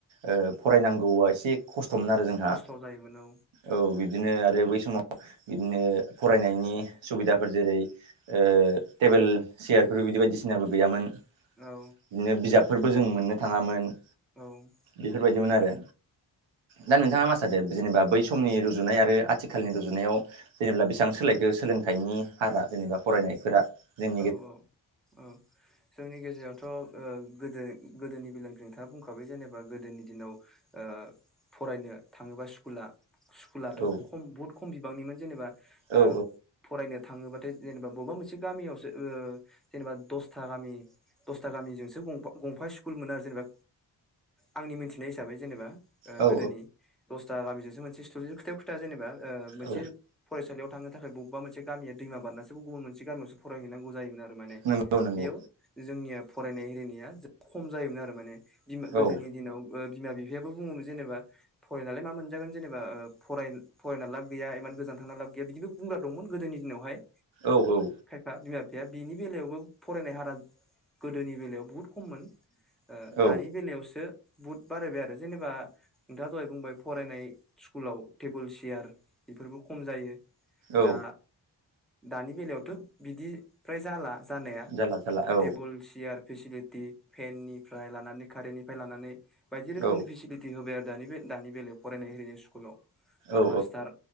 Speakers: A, on the right; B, in the centre.
A: ओ फरायनांगौआ एसे खस्थ'मोन आरो जोंहा
B: खस्थ' जायोमोन औ
A: औ बिदिनो आरो बै समाव बिदिनो फरायनायनि सुबिदाफोर जेरै ओ टेबोल चियारफोर बिदि बायदिसिनाबो गैयामोन बिदिनो
B: औ
A: बिजाबफोरबो जों मोननो थाङामोन ।
B: औ ।
A: बेफोरबायदिमोन आरो दा नोंथाङा मा थादों जेनेबा बै समनि रुजुनाय आरो आथिखालनि रुजुनायाव जेनेबा बेसेबां सोलायखौ सोलोंथाइनि हारा जेनेबा फरायनायफोरा जों
B: औ औ औ । जोंनि गेजेरावथ' ओ गोदो गोदोनि बेलोंखौ नोंथाङा बुंखाबाय जेनेबा गोदोनि दिनाव ओ फरायनो थाङोंबा स्कुला स्कुलाथ'
A: औ
B: खम बहुद खम बिबांनिमोन जेनेबा
A: औ
B: ओ फरायनो थाङोबाथाय जेनेबा बबेबा मोनसे गामियावसो ओ जेनेबा दसथा गामि दसथा गामिजोंसो गंफा स्कुल मोनो आरो जेनेबा आंनि मोनथिनाय हिसाबै जेनेबा ओ
A: औ
B: गोदोनि दसथा गामिजोंसो मोनसे स्टु खोथायाव खोथा जेनेबा ओ मोनसे
A: औ
B: फरायसालियाव थांनो थाखाय बबेब मोनसे मिया दैमा बाननाासो गुबुन मोनसे गामियावसो फरायहैनांगौ जायोम आरो । माने
A: नंगौ नंगौ
B: बेयाव जोंनिया फरायनाय एरिनाया जोबोद खम जायोमोन आरो माने बिमा गोदोनि
A: औ
B: दिनाव ओ बिमा बिफायाबो बुङोमोन जेनेबा फरायनानैलाय मा मोनजागोन जेनेबाराय फराय फरायना लाब गैया इमान गोजान थांना लाब गैया बिदिबो बुंग्रा दंमोन गोदोनि दिनावहाय
A: औ औ
B: खायफा बिमा बिफाया बिनि बेलायावबो फरायनाय हारा गोदोनि बेलायाव बहुद खम मोन ओ
A: औ
B: दानि बेलायावसो बुहुद बारायबाय आरो जेनेबा नोंथाङा दहाय बुंबाय फरायनाय स्कुलाव टेबोल चियार बेफोरबो खम जायो
A: औ
B: दा दानि बेलायावथ' बिदि फ्राय जाला । जानाया
A: जाला जाला औ
B: टेबुल सियार फेसिलिटि फेननिफ्राय लानानै कारेननिफ्राय लानानै बायदि रोखोमनि
A: औ
B: फेसिलिटि थि होबाय आरो दानि बे दानि बेलायाव फरायनाय एरिनाय स्कुलाव
A: औ
B: मास्टार